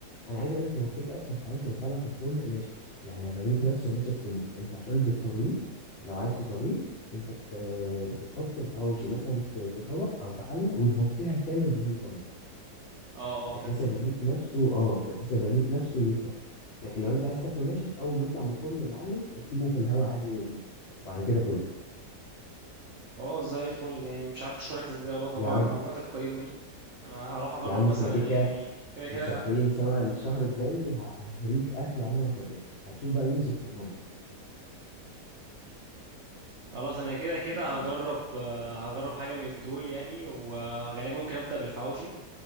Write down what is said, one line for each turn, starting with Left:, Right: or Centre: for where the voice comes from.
Left: انا عايز اقول لك هو كيكه اصلا الحواوشي يطلع لك من الفرن ناشف يعني الرغيف نفسه ناشف سنه انت عشان بتطريه لو عايز تطريه انت بت... <hesitation> بتحط الحواوشي مثلا في في طبق او في حله وتغطيها كامل بفوطه مثلا
Right: اه اه فهمت
Left: بحيث الرغيف نفسه اه بحيث الرغيف نفسه يطرى لكن لو انت عايز تاكله ناشف اول ما يطلع من الفرن يا معلم سيبه في الهواء عادي وبعد كده كله
Right: خلاص زي الفل يعني مش عارف اشكرك ازاي والله طلوع
Left: يا عم
Right: على المعلومات القيمة دي انا هروح اجرب
Left: يا عم
Right: مثلا
Left: احنا كيكه
Right: يعني كده كده
Left: مسافرين سوا الشهر الجاي ه- هريك اكل عمرك ما شفته هتشوف بقى يوسف في المطبخ
Right: خلاص انا كده كده
Left: <laughs>
Right: هجرب آه، هجرب حاجة من دول يعني وغالبا ممكن ابدأ بالحواوشي